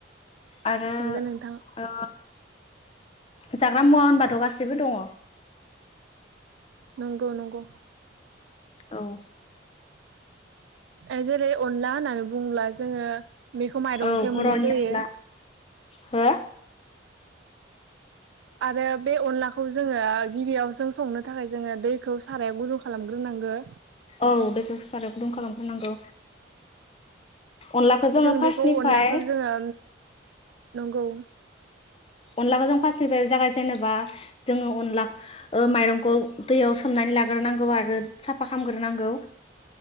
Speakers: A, on the left; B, on the right.
A: आरो
B: नंगौ नोंथां।
A: ओ जाग्रा मुवा होनबाथ' गासिबो दङ।
B: नंगौ नंगौ।
A: औ
B: ओ जेरै अनला होननानै बुङोब्ला जोङो बेखौ माइरंनिफ्राय
A: औ बर'नि
B: मोननाय जायो।
A: अनला हो
B: आरो बे अनलाखौ जोङो गिबियाव जों संनो थाखाय जोङो दैखौ सारायाव गुदुं खालामग्रोनांगौ।
A: औ दैखौ सारायाव गुदुं खालामग्रोनांगौ अनलाखौ जोङो
B: जों बेखौ
A: फार्स्टनिफ्राय
B: अनलाखौ जोङो नंगौ
A: अनलाखौ जों फार्स्टनिफ्राय जागाय जेनेबा जोङो अनला ओ माइरंखौ दैयाव सोमनानै लाग्रोनांगौ आरो साफा खालामामग्रोनांगौ।